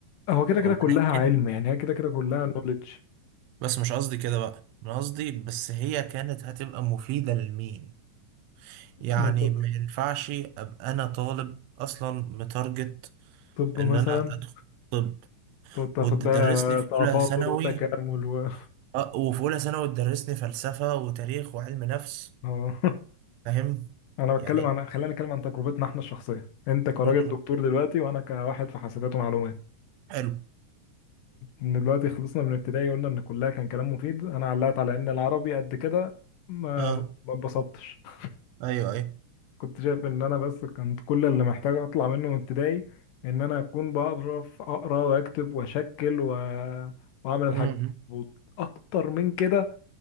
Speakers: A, on the left (about 80°); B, on the right (about 75°).
A: هو كده
B: ولكن
A: كده كلها علم يعني هي كده كده كلها نوليدج
B: بس مش قصدي كده بقى انا قصدي بس هي كانت هتبقى مفيدة لمين يعني
A: منطقي
B: ما ينفعش ابقى انا طالب اصلا متارجت
A: طب
B: ان
A: مثلا
B: انا ادخل طب
A: تقعد تاخد
B: وتدرسني
A: بقى
B: في
A: تفاضل
B: اولى ثانوي
A: وتكامل و
B: اه وفي اولى ثانوي تدرسني فلسفة وتاريخ وعلم نفس
A: اه <laughs>
B: فاهم
A: انا بتكلم
B: يعني
A: عن خلينا نتكلم عن تجربتنا احنا الشخصيه انت كراجل
B: <laughs>
A: دكتور دلوقتي وانا كواحد في حاسبات ومعلومات
B: حلو
A: ان دلوقتي خلصنا من ابتدائي قلنا ان كلها كان كلام مفيد انا علقت على ان العربي قد كده ما
B: اه
A: ما اتبسطتش <laughs>
B: ايوه
A: كنت شايف ان انا بس كنت كل اللي محتاج اطلع منه من ابتدائي ان انا اكون بعرف اقرا واكتب واشكل و... واعمل الحاجات
B: ايوه
A: مظبوط. اكتر من كده